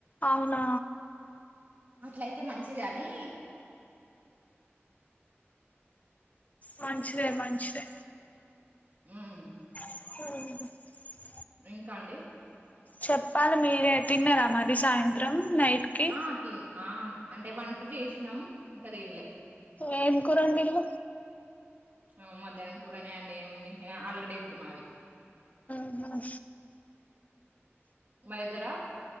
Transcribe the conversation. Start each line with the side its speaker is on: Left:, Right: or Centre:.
Left: ఔనా
Right: అట్లయితే మంచిది అనీ
Left: మంచిదే మంచిదే
Right: హ్మ్.
Left: ఆహ్
Right: ఇంకాండి
Left: చెప్పాలి మీరే తిన్నారా మరీ సాయంత్రం నైట్ కి
Right: ఆహ్ తిన్ ఆ అంటే వంట జేష్నం ఇంకా తిన్లే
Left: ఏం కూర ఓండింన్లు
Right: ఆ మధ్యాహ్నం కూరనే అండి ఏముంది అల్గడ్డ ఇప్పుడు మాది
Left: ఆ
Right: మా దెగ్గర